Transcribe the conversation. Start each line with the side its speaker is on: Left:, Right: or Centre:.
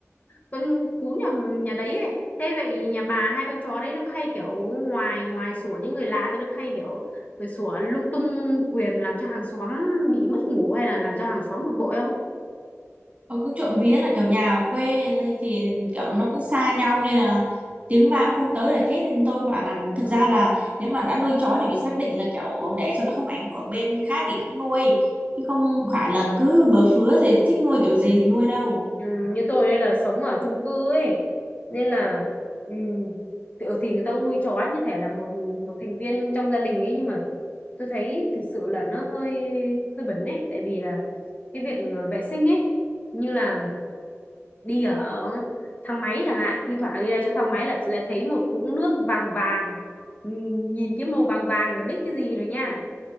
Left: con cún nhà nhà đấy ấy. Thế vậy nhà bà hai con chó đấy nó có hay kiểu ngoài ngoài sủa những người lạ ra nó có hay kiểu rồi sủa lung tung quyền làm cho hàng xóm bị mất ngủ hay là làm cho hàng xóm bực bội không?
Right: Ờ, cũng trộm vía là kiểu nhà ở quê lây thì kiểu nó cũng xa nhau nên là tiếng vang không tới để thét nên tôi mới bảo là thực ra là nếu mà đã nuôi chó thì phải xác định là kiểu để cho nó không ảnh hưởng bên khác thì hãng nuôi chứ không phải là cứ bừa phứa gì thích nuôi kiểu gì thì nuôi đâu
Left: Ừ, như tôi đây là sống ở chung cư ấy nên là ừ, kiểu thì người ta cũng nuôi chó như thể là một một thành viên trong gia đình ấy nhưng mà tôi thấy thực sự là nó hơi hơi bẩn ấy tại vì là cái việc ờ, vệ sinh ấy như là đi ở thang máy chẳng hạn thi thoảng đi ra chỗ thang máy là lại thấy một vũng nước vàng vàng Ừ, nhìn cái màu vàng vàng là biết cái gì rồi nha